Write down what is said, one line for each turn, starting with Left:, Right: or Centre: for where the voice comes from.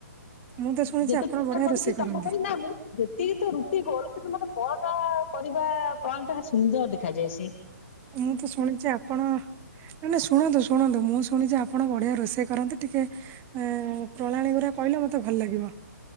Right: ମୁଁ ତ ଶୁଣିଛି
Left: ଯେତେ
Right: ଆପଣ
Left: ଚେଷ୍ଟତା
Right: ବଢିଆ
Left: କରୁଛି
Right: ରୋଷେଇ କରନ୍ତି।
Left: ତମ କରି ନ ମୁଁ ଯେତିକି ତ ରୁଟି ଗଲ କିନ୍ତୁ ମତେ ପଳ ଟା କରିବା ପ୍ରଣାଳ ଟା ଭାର ସୁନ୍ଦର ଦେଖାଯାଏ ସେ
Right: ମୁଁ ତ ଶୁଣିଛି ଆପଣ ନଁ ଶୁଣନ୍ତୁ ଶୁଣନ୍ତୁ ମୁଁ ଶୁଣିଛି ଆପଣ ବଢିଆ ରୋଇ ସେ କରନ୍ତୁ ଟିକେ ପ୍ରଣାଳୀ ଗୁଡା କହିଲେ ମତେ ତେ ଭଲ ଲାଗିବ।